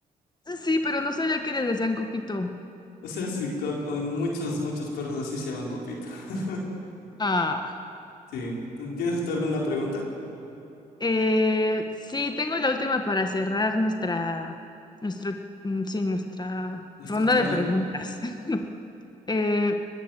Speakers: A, on the left; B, on the left.
A: Sí, pero no sabía que les decían copito.
B: O sea, sí, co- co- muchos, muchos perros así se llaman copito. <laughs>
A: Ah.
B: Sí. ¿Tienes tú alguna pregunta?
A: Eh, sí, tengo la última para cerrar nuestra, nuestro, mm, sí, nuestra
B: Nuestra
A: ronda
B: charla
A: de preguntas. <laughs> Eh,